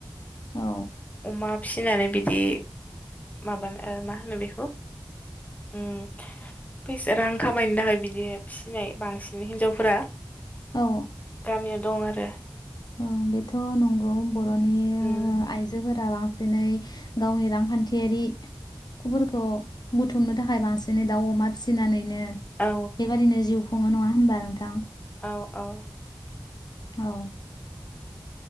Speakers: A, on the left (about 60°); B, on the left (about 20°).
A: औ।
B: अमा फिनानै बिदि माबानो ओ मा होनो बेखौ? ओम फैसा रां खामायनो थाखाय बिदि फिसिनाय बांसिन हिनजावफोरा
A: औ।
B: गामियाव दं आरो।
A: औ बेथ' नंगौ बर'नि
B: उम
A: आ-आइजोफोरा बां सिनै गावनि रांखान्थियारि फोरखौ बुथुमनो थाखाय बांसिनै दाउ अमा फिसिनानैनो
B: औ।
A: बेबायादिनो जिउ खुङो नङा होमबा नोंथां?
B: औ औ।
A: औ।